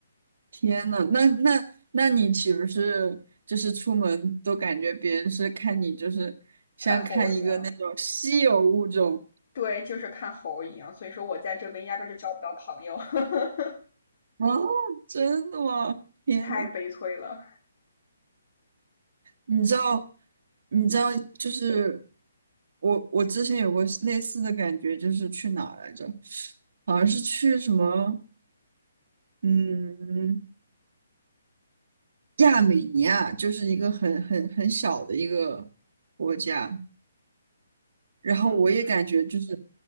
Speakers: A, on the right; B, on the left.
A: 天呐，那那那你岂不是就是出门都感觉别人是看你就是像看一个那种稀有物种
B: 看猴一样。对，就是看猴一样，所以说我在这边压根儿就交不到朋友，<laughs>
A: 啊？真的吗？天呐，
B: 太悲催了。
A: 你知道你知道就是我我之前有过类似的感觉，就是去哪儿来着？好像是去什么嗯。亚美尼亚就是一个很很很小的一个国家，然后我也感觉就是
B: 嗯，